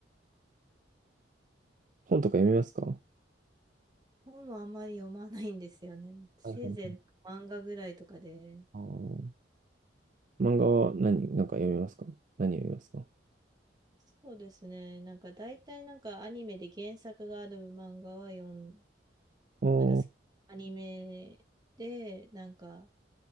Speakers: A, on the right; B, on the right.
A: 本とか読みますか
B: 本はあんまり読まないんですよね。せいぜい漫画ぐらいとかで。
A: はいはい。あー漫画は何、なんか読みますか何読みますかあ
B: そうですね。なんか大体なんかアニメで原作がある漫画は読ん、
A: あー、
B: なんかすアニメでなんか、